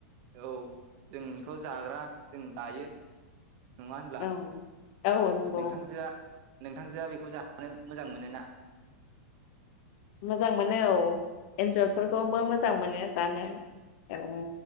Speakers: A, on the right; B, on the left.
A: औ। जोंथ' जाग्रा जों जायो। नङा होनब्ला?
B: औ औ नंगौ।
A: नोंथांजोआ नोंथांजोआ बेखौ जानो मोजां मोनोना?
B: मोजां मोनो औ इन्जर फोरखौबो
A: औ
B: मोजां मोनो। जानो। औ